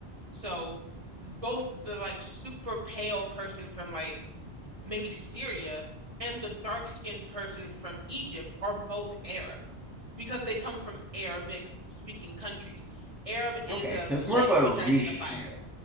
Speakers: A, on the right; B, in the centre.
A: So both the like super pale person from like maybe Syria, and the dark-skinned person from Egypt are both Arab because they come from Arabic-speaking countries. Arab is
B: Okay,
A: a
B: so
A: language
B: it's more of a region,
A: identifier.